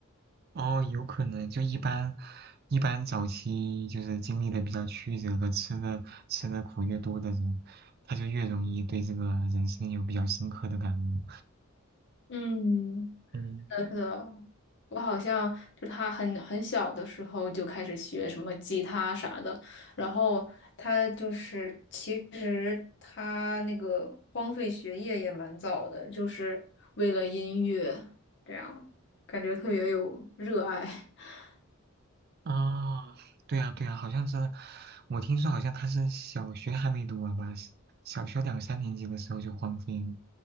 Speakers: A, on the right; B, on the left.
A: 哦，有可能就一般，一般早期就是经历的比较曲折的，吃的吃的苦越多的人，他就越容易对这个人生有比较深刻的感悟。
B: 嗯。
A: 嗯。
B: 是的，我好像就他很很小的时候就开始学什么吉他啥的，然后他就是其实他那个荒废学业也蛮早的，就是为了音乐，这样感觉特别有热爱。<laughs>
A: 啊，对啊，对啊，好像是，我听说好像他是小学还没读完吧，是小学两三年级的时候就荒废了，